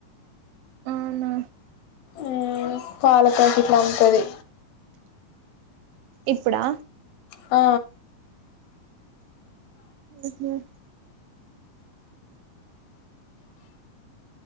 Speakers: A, on the right; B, on the left.
A: అవున
B: ఉహ్ పాల పాకిట్లమ్ముతది
A: ఇప్పుడా
B: ఆ
A: ఉహు